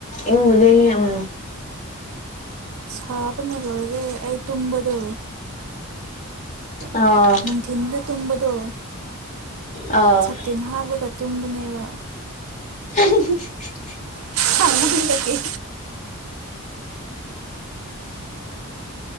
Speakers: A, on the left (about 35°); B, on the right (about 70°).
A: ꯏꯪꯕꯨꯗꯩ ꯌꯎꯝ
B: ꯁꯥꯕꯅ ꯂꯣꯏꯔꯦ ꯑꯩ ꯇꯨꯝꯕꯗꯣ
A: ꯑꯥ
B: ꯅꯨꯡꯊꯤꯟꯗ ꯇꯨꯝꯕ ꯇꯣ
A: ꯑꯥ
B: ꯁꯇꯤꯟ ꯍꯥꯞꯔꯒ ꯇꯨꯝꯕꯅꯦ <inaudible>
A: <unintelligible>
B: ꯍꯃ ꯍꯥꯡꯍꯒꯦ